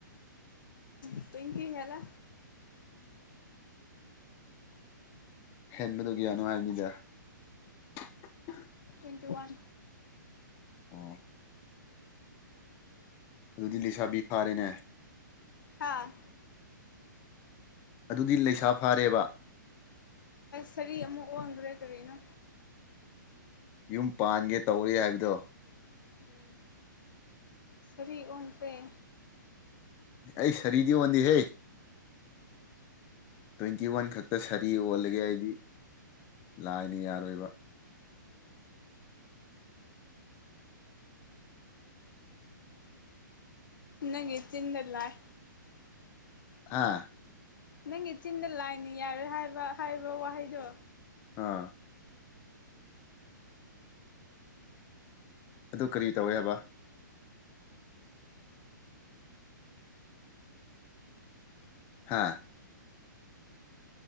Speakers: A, on the left; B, on the left.
A: ꯇ꯭ꯋꯨꯟꯇꯤ ꯍꯦꯜꯂꯦ
B: ꯍꯦꯟꯕꯗꯨ ꯀꯌꯥꯅꯣ ꯍꯥꯏꯕꯅꯤꯗ <unintelligible>
A: ꯇ꯭ꯋꯨꯟꯇꯤ ꯋꯥꯟ
B: ꯑꯣ ꯑꯗꯨꯗꯤ ꯂꯩꯁꯥꯕꯤ ꯐꯥꯔꯦꯅꯦ
A: ꯍꯥꯥ
B: ꯑꯗꯨꯗꯤ ꯂꯩꯁꯥ ꯐꯥꯔꯦꯕ
A: ꯁꯔꯤ ꯑꯃꯨꯛ ꯑꯣꯟꯈꯔꯦ ꯀꯔꯤꯅꯣ
B: ꯌꯨꯝ ꯄꯥꯟꯒꯦ ꯇꯧꯔꯤ ꯍꯥꯏꯕꯗꯣ
A: <inaudible> ꯁꯥꯔꯤ ꯑꯣꯟꯈꯔꯦ
B: ꯑꯩ ꯁꯔꯤꯗꯤ ꯑꯣꯟꯗꯦ ꯍꯦ ꯇ꯭ꯋꯦꯟꯇꯤꯋꯥꯟ ꯈꯛꯇ ꯁꯥꯔꯤ ꯑꯣꯜꯂꯒꯦ ꯑꯩꯗꯤ ꯂꯥꯏꯅ ꯌꯥꯔꯣꯏꯕ
A: ꯅꯪꯒꯤ ꯆꯤꯟꯗ ꯂꯥꯏ
B: ꯍꯥ
A: ꯅꯪꯒꯤ ꯆꯤꯟꯗ ꯂꯥꯏꯅ ꯌꯥꯔꯣꯏ ꯍꯥꯏꯕ ꯍꯥꯏꯕ ꯋꯥꯍꯩꯗꯣ
B: ꯑꯥ ꯑꯗꯨ ꯀꯔꯤ ꯇꯧꯔꯦ ꯍꯥꯏꯕ ꯍꯥꯥ